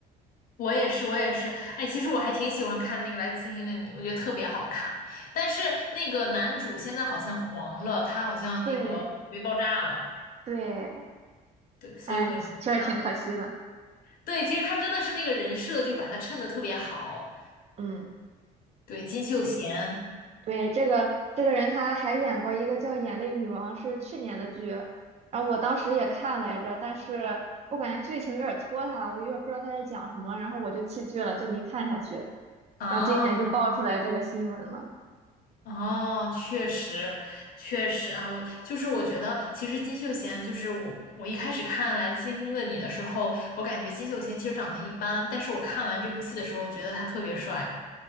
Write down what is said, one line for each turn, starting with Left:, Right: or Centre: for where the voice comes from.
Left: 我也是，我也是。哎，其实我还挺喜欢看那个《来自星星的你》，我觉得特别好看。但是那个男主现在好像黄了，他好像那个被爆炸了，
Right: 对对，
Left: 对，所以我也会不看了。
Right: 哎，确实挺可惜的。
Left: 对，其实他真的是那个人设，就是把他衬得特别好。
Right: 嗯，
Left: 对，金秀贤
Right: 对，这个这个人他还演过一个叫《眼泪女王》，是去年的剧，然后我当时也看来着，但是我感觉剧情有点拖沓，我有点不知道他在讲什么，然后我就弃剧了，就没看下去。
Left: 啊，
Right: 然后今年就爆出来这个新闻了。
Left: 哦，确实，确实啊，我就是我觉得，其实金秀贤就是我，我一开始看《来自星星的你》的时候，我感觉金秀贤其实长得一般，但是我看完这部戏的时候，我觉得他特别帅。